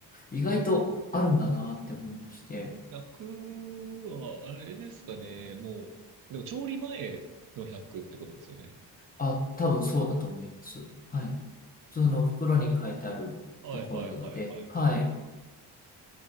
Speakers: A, on the left; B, on the right.
A: 意外とあるんだなって思いまして、
B: 100は、あれですかね、もう、でも調理前の100ってことですよね。
A: あ、多分そうだと思います。はい。普通の袋に書いてあるところなので、
B: はいはいはいはいはいはい。
A: はい。